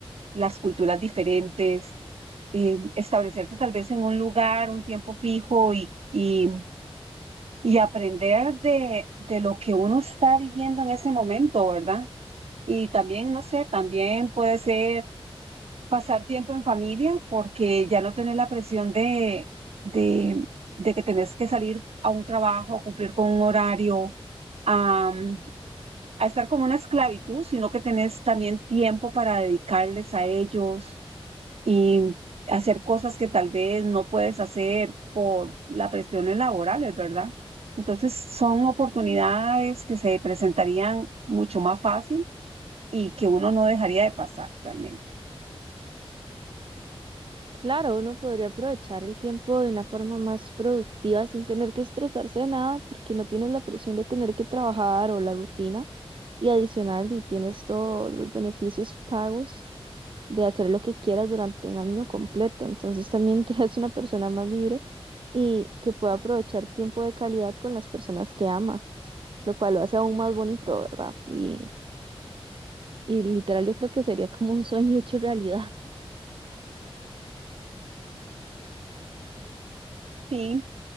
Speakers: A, on the right; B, on the right.
A: las culturas diferentes, eh, establecerse tal vez en un lugar, un tiempo fijo y, y, y aprender de, de lo que uno está viviendo en ese momento, ¿verdad? Y también, no sé, también puede ser pasar tiempo en familia porque ya no tenés la presión de, de, de que tenés que salir a un trabajo, a cumplir con un horario, a, a estar como una esclavitud, sino que tenés también tiempo para dedicarles a ellos y hacer cosas que tal vez no puedes hacer por las presiones laborales, ¿verdad? Entonces son oportunidades que se presentarían mucho más fácil y que uno no dejaría de pasar realmente.
B: Claro, uno podría aprovechar el tiempo de una forma más productiva sin tener que estresarse de nada, porque no tienes la presión de tener que trabajar o la rutina. Y adicional, y tienes todos los beneficios pagos de hacer lo que quieras durante un año completo. Entonces también te <laughs> hace una persona más libre y que pueda aprovechar el tiempo de calidad con las personas que ama, lo cual lo hace aún más bonito, ¿verdad? Y, y literal, yo creo que sería como un sueño hecho realidad.
A: Sí.